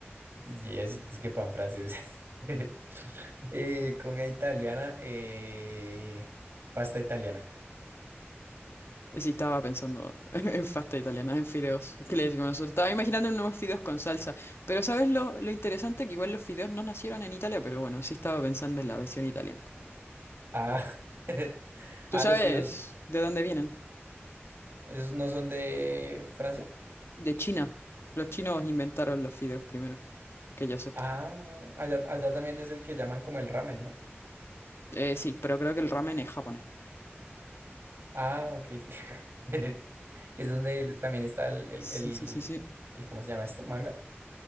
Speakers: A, on the right; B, on the left.
A: yes, es que pan francés. <laughs> Eh, comida italiana. eh, pasta italiana.
B: Sí, estaba pensando <laughs> en pasta italiana, en fideos. ¿Qué le decimos nosotros? Estaba imaginando unos fideos con salsa. Pero ¿sabes lo, lo interesante? Que igual los fideos no nacieron en Italia, pero bueno, sí estaba pensando en la versión italiana.
A: Ah, <laughs>
B: ¿Tú
A: ah,
B: sabes
A: los fideos,
B: de dónde vienen?
A: ¿esos no son de Francia?
B: De China. Los chinos inventaron los fideos primero, que yo sepa.
A: Ah, allá, allá también es el que llaman como el ramen, ¿no?
B: Eh, sí, pero creo que el ramen es japonés.
A: Ah, ok. <laughs> Es donde el- también está el, el,
B: Sí,
A: el,
B: sí, sí, sí.
A: el- ¿cómo se llama esto? ¿Manga?